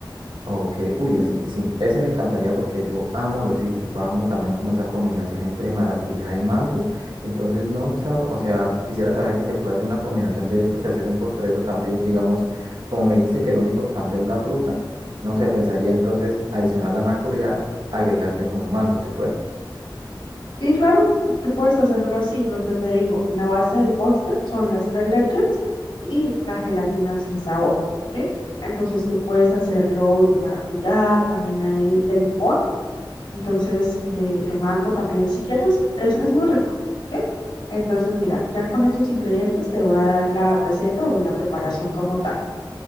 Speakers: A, on the right; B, on the left.
A: Ok, uy, así, sí, ese me encantaría porque yo amo lo cítrico, amo también como esa combinación entre maracuyá y mango, entonces no, sab- o sea, quisiera saber si se puede hacer una combinación de estos y hacer un postre de eso también, digamos, como me dijiste que lo único que cambia es la fruta, no sé, pensaría entonces adicionar la maracuyá, agregarle como mango, ¿se puede?
B: Sí, claro, tú puedes hacerlo así, lo que te digo, la base del postre son las tres leches y la gelatina sin sabor, ¿sí? Entonces tú puedes hacerlo de maracuyá, también hay de limón, entonces de, de mango también si quieres, es, es muy rico, ¿sí? Entonces mira, ya con esos ingredientes te voy a dar la receta o la preparación como tal.